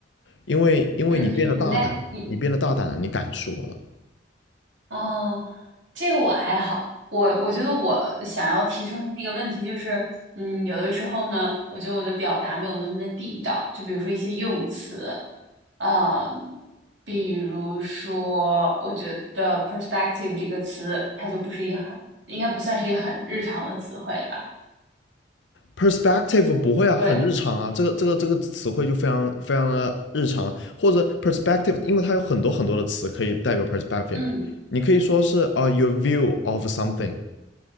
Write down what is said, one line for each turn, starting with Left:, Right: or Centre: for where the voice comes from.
Left: 因为因为你变得大胆了，
Right: 嗯，你在你
Left: 你变得大胆了，你敢说了。
Right: 哦，这个我还好，我我觉得我想要提升的一个问题就是，嗯，有的时候呢，我觉得我的表达没有那么的地道，就比如说一些用词，呃，比如说我觉得 perspective 这个词，它就不是一个很，应该不算是一个很日常的词汇吧？
Left: perspective 不会啊，
Right: 对，
Left: 很日常啊，这个这个这个词汇就非常非常的日常啊，或者 perspective，因为它有很多很多的词可以代表 perspective，
Right: 嗯，
Left: 你可以说是啊、呃 your view of something，